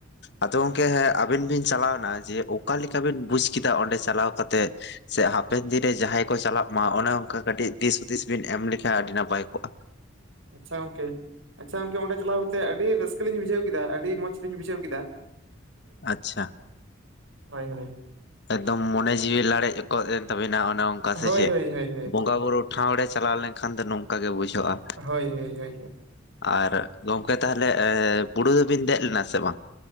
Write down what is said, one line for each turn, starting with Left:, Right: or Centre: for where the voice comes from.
Left: ᱟᱫᱚ ᱜᱚᱝᱠᱮ ᱟᱵᱤᱱ ᱵᱤᱱ ᱪᱟᱞᱟᱣᱱᱟ ᱡᱮ ᱚᱠᱟᱞᱮᱠᱟ ᱵᱤᱱ ᱵᱩᱡ ᱠᱮᱫᱟ ᱚᱸᱰᱮ ᱪᱟᱞᱟᱣ ᱠᱟᱛᱮᱜ ᱥᱮ ᱦᱟᱯᱮᱱ ᱫᱤᱱᱨᱮ ᱡᱟᱦᱟᱸᱭ ᱠᱚ ᱪᱟᱞᱟᱜ ᱢᱟ ᱚᱱᱮ ᱚᱱᱠᱟ ᱠᱟᱹᱴᱤᱡ ᱫᱤᱥᱦᱩᱫᱤᱥ ᱵᱤᱱ ᱮᱢ ᱞᱮᱠᱷᱟᱱᱡ ᱟᱹᱰᱤ ᱱᱟᱯᱟᱭ ᱠᱚᱜᱼᱟ
Right: ᱟᱪᱪᱷᱟ ᱜᱚᱝᱠᱮ ᱟᱪᱪᱷᱟ ᱜᱚᱝᱠᱮ ᱚᱸᱰᱮ ᱪᱟᱞᱟᱣ ᱠᱟᱛᱮᱜ ᱟᱹᱰᱤ ᱨᱟᱹᱥᱠᱟᱹ ᱞᱤᱧ ᱵᱩᱡᱷᱟᱹᱣ ᱠᱮᱫᱟ ᱟᱹᱰᱤ ᱢᱚᱸᱡᱽ ᱞᱤᱧ ᱵᱩᱡᱷᱟᱹᱣ ᱠᱮᱫᱟ <inaudible>
Left: ᱟᱪᱪᱷᱟ
Right: ᱦᱳᱭ ᱦᱳᱭ
Left: ᱮᱠᱫᱚᱢ ᱢᱚᱱᱮ ᱡᱤᱣᱤ ᱞᱟᱲᱮᱡ ᱜᱚᱫ ᱮᱱ ᱛᱟᱵᱤᱱᱟ ᱚᱱᱮ ᱚᱱᱠᱟ ᱥᱮ
Right: ᱦᱳᱭ
Left: ᱪᱮᱫ
Right: ᱦᱳᱭ ᱦᱳᱭ ᱦᱳᱭ
Left: ᱵᱚᱸᱜᱟ
Right: ᱦᱳᱭ
Left: ᱵᱩᱨᱩ ᱴᱷᱟᱶ ᱨᱮ ᱪᱟᱞᱟᱣ ᱞᱮᱱ ᱠᱷᱟᱱ ᱫᱚ ᱱᱚᱝᱠᱟ ᱜᱮ ᱵᱩᱡᱷᱟᱹᱼᱟ
Right: ᱦᱳᱭ ᱦᱳᱭ ᱦᱳᱭ
Left: ᱟᱨ ᱜᱚᱝᱠᱮ ᱛᱟᱦᱚᱞᱮ ᱵᱩᱨᱩ ᱫᱚᱵᱤᱱ ᱫᱮᱡ ᱞᱮᱱᱟ ᱥᱮ ᱵᱟᱝ?